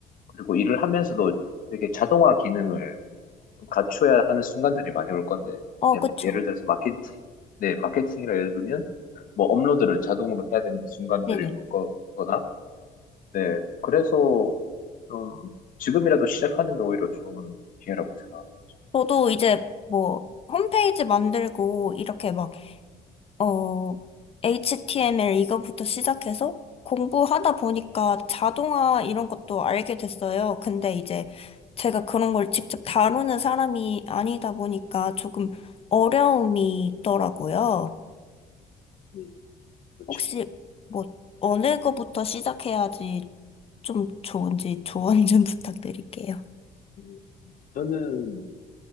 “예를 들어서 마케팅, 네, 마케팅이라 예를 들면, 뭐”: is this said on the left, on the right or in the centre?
Left